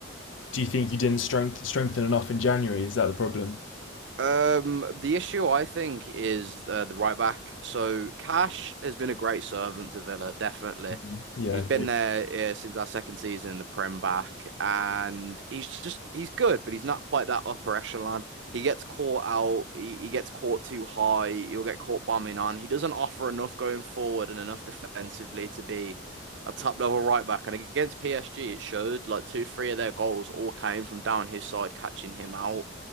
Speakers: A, on the left; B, on the right.
A: Do you think you didn't strength, strengthen enough in January? Is that the problem?
B: Um, the issue I think is uh, the right back. So Cash has been a great servant to Villa, definitely.
A: Mm-hmm. Yeah,
B: He's
A: I agree.
B: been there uh, since our second season in the Prem back, and he's just he's good, but he's not quite that upper echelon. He gets caught out, he, he gets caught too high, he'll get caught bombing on. He doesn't offer enough going forward and enough defensively to be a top level right back. And against PSG, it showed like two, three of their goals all came from down his side, catching him out.